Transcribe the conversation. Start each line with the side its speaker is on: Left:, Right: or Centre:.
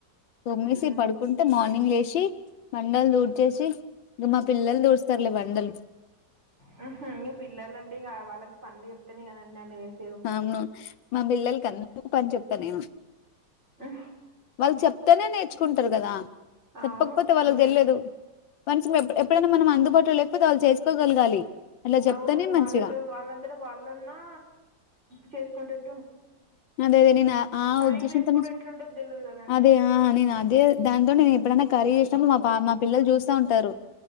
Left: తొమ్మేసి
Right: ఉమ్.
Left: పడుకుంటే మార్నింగ్ లేసి. బండలు దూడ్చేసి ఇంకా మా పిల్లలు దూడ్స్తారులే బండలు.
Right: హ హ మీ పిల్లంటే వాళ్ళకి పనులు చెప్తానే కదండి అన్ని తె
Left: అవును. మా పిల్లలకి అందరికి పని చెప్త. పని
Right: ఉహు,
Left: వాల చప అయితేనే నేర్చుకుంటారు కదా. చెప్పకపోతే
Right: అవును
Left: వాళ్ళకి
Right: అంతే
Left: తెల్వదు కనీసం ఎప్పుడైనా మనం అందుబాటులో లేకపోతే వాళ్ళు చేసుకోగలగాలి. అలా చెప్తేనే
Right: అవును వాళ్ళకి
Left: మంచిగా
Right: వాళ్ళంతంట వాళ్ళన్నా చేసుకుంటనే
Left: అదే నేను ఆ
Right: టైం
Left: ఉద్దేశంతోనే
Right: ఎప్పుడు ఎట్లుంటుందో తెలియదు కదండి
Left: అదే ఆ నేను అదే దాంతో నేను ఎప్పుడైనా కర్రీ చేసిన మా పాపా పిల్లలు చూస్తా ఉంటారు